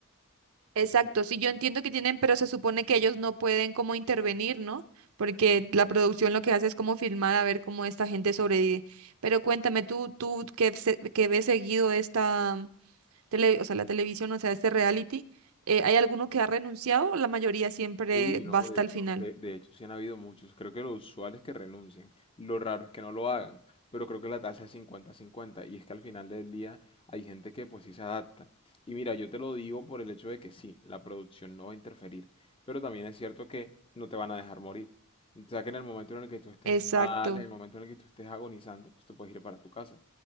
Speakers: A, on the right; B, on the left.
A: Exacto,
B: No
A: sí, yo entiendo que tienen, pero se supone que ellos no pueden como intervenir, ¿no? Porque la producción lo que hace es como filmar a ver cómo esta gente sobrevive. Pero cuéntame tú, tú que, se- que ves seguido esta mm, tele, o sea, la televisión, o sea, este reality, eh, ¿hay alguno que ha renunciado o la mayoría siempre
B: Uy,
A: va
B: no,
A: hasta
B: de hecho,
A: el final?
B: de, de hecho sí han habido muchos. Creo que lo usual es que renuncien. Lo raro es que no lo hagan. Pero creo que la tasa es 50 cincuenta Y es que al final del día hay gente que pues sí se adapta. Y mira, yo te lo digo por el hecho de que sí, la producción no va a interferir. Pero también es cierto que no te van a dejar morir. O sea que en el momento en el que tú estés
A: Exacto,
B: mal, en el momento en el que tú estés agonizando, tú te puedes ir para tu casa.